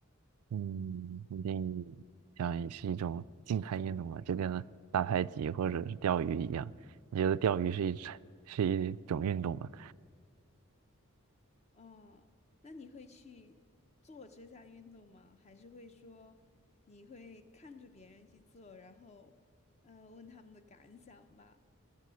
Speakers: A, on the right; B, on the left.
A: 嗯，一定想也是一种静态运动吧，就跟打太极或者是钓鱼一样。你觉得钓鱼是一 <laughs> 是一种运动吗？
B: 哦，那你会去做这项运动吗？还是会说你会看着别人去做，然后呃问他们的感想吧？